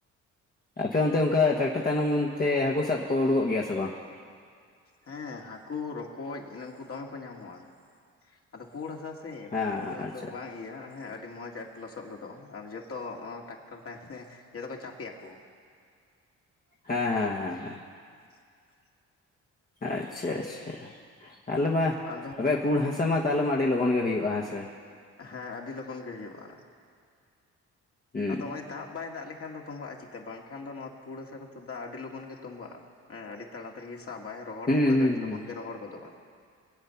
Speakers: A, on the left; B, on the left.
A: ᱟᱯᱮ ᱚᱱᱛᱮ ᱚᱝᱠᱟ ᱴᱨᱟᱠᱴᱟᱨ ᱛᱟᱭᱱᱚᱢ ᱚᱱᱛᱮ ᱦᱟᱹᱠᱳ ᱥᱟᱯ ᱠᱚ ᱳᱰᱳᱠᱚᱜ ᱜᱮᱭᱟ ᱥᱮ ᱵᱟᱝ?
B: ᱦᱮᱸ ᱦᱟᱹᱠᱩ ᱨᱚᱠᱚᱡ ᱱᱩᱝᱠᱩ ᱫᱚᱢᱮ ᱠᱚ ᱧᱟᱢᱚᱜᱼᱟ, ᱟᱫᱚ ᱯᱩᱲ ᱦᱟᱥᱟ ᱥᱮ
A: ᱦᱮᱸ
B: ᱛᱟᱞᱦᱮ ᱩᱱᱟᱹᱜ
A: ᱟᱪᱪᱷᱟ
B: ᱫᱚ ᱵᱟᱝ ᱤᱭᱟᱹᱜᱼᱟ ᱦᱮ ᱟᱹᱰᱤ ᱢᱚᱸᱡᱽ ᱟᱨ ᱞᱚᱥᱚᱫ ᱜᱚᱫᱚᱜᱼᱟ ᱟᱨ ᱡᱚᱛᱚ ᱚ ᱴᱟᱠᱴᱟᱨ ᱛᱟᱭᱚᱢ ᱛᱮ ᱡᱚᱛᱚ ᱠᱚ ᱪᱟᱯᱮᱜᱼᱟᱠᱚ᱾
A: ᱦᱮᱸ ᱦᱮᱸ ᱦᱮᱸ ᱦᱮᱸ᱾
B: <unintelligible>
A: ᱟᱪᱪᱷᱟ ᱟᱪᱪᱷᱟ, ᱟᱞᱮ ᱢᱟ
B: ᱟᱫᱚ
A: ᱨᱮ ᱯᱩᱲ ᱦᱟᱥᱟ ᱢᱟ ᱛᱟᱦᱞᱮ ᱢᱟ ᱟᱹᱰᱤ ᱞᱚᱜᱚᱱ ᱜᱮ ᱦᱩᱭᱩᱜᱼᱟ, ᱦᱮᱸ ᱥᱮ?
B: ᱦᱮᱸ ᱟᱹᱰᱤ ᱞᱚᱜᱚᱱ ᱜᱮ ᱦᱩᱭᱩᱜᱼᱟ᱾
A: ᱦᱩᱸ
B: ᱟᱫᱚ ᱦᱚᱸᱜᱼᱚᱭ ᱫᱟᱜ ᱵᱟᱭ ᱫᱟᱜ ᱞᱮᱠᱷᱟᱱ ᱫᱚ ᱛᱚᱸᱵᱟᱜᱼᱟ <inaudible> ᱵᱟᱝᱠᱷᱟᱱ ᱫᱚ ᱱᱚᱣᱟ ᱯᱩᱲ ᱦᱟᱥᱟ ᱨᱮᱫᱚ ᱫᱟᱜ ᱟᱹᱰᱤ ᱞᱚᱜᱚᱱ ᱜᱮ ᱛᱚᱸᱵᱟᱜᱼᱟ᱾ ᱦᱮᱸ ᱟᱹᱰᱤ ᱛᱟᱲᱟᱛᱟᱹᱲᱤ ᱜᱮᱭ ᱥᱟᱵᱟᱭ ᱨᱚᱦᱚᱲ
A: ᱦᱩᱸ
B: ᱦᱚᱸ ᱚᱝᱠᱟ
A: ᱦᱩᱸ
B: ᱜᱮ ᱟᱹᱰᱤ ᱞᱚᱜᱚᱱ
A: ᱦᱩᱸ
B: ᱜᱮ ᱨᱚᱦᱚᱲ ᱜᱚᱫᱚᱜ-ᱟ᱾